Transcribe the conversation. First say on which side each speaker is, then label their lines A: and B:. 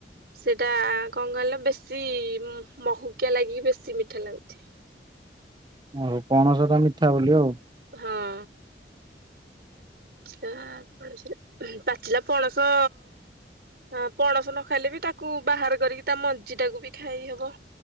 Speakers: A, on the right; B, on the right.
A: ସେଇଟା କ ଣ କହିଲ ବେଶୀ ମହୁକିଆ ଲାଗିକି ବେଶୀ ମିଠା ଲାଗୁଛି।
B: ଓହୋ ପଣସ ଟା ମିଠା ବୋଲି ଆଉ।
A: ହଁ। ପାଚିଲା ପଣସରେ ପାଚିଲା ପଣସ। ଆ ପଣସ ନ ଖାଇଲେ ବି ତାକୁ ବାହାର କରିକି ତା ମଞ୍ଜି ଟାକୁ ବି ଖାଇ ହବ।